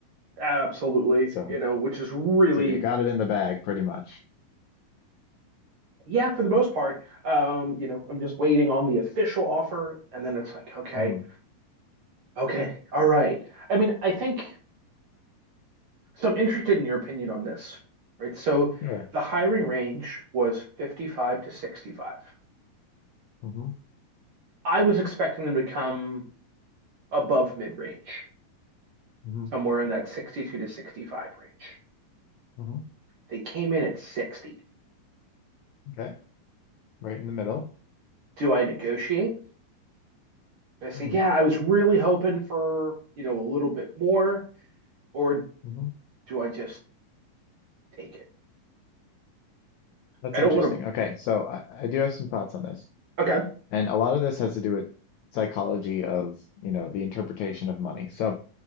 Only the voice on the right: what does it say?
Absolutely.
You know, which is really,
yeah, for the most part, um, you know, I'm just waiting on the official offer. And then it's like, okay,
okay, all right. I mean, I think, so I'm interested in your opinion on this, right? So
the hiring range was 55 to 65.
I was expecting them to come above mid range,
somewhere in that 62 to 65 range.
They came in at 60.
Do I negotiate? Do I say,
yeah, I was really hoping for, you know, a little bit more, or
do I just take it?
I don't
want to,
okay,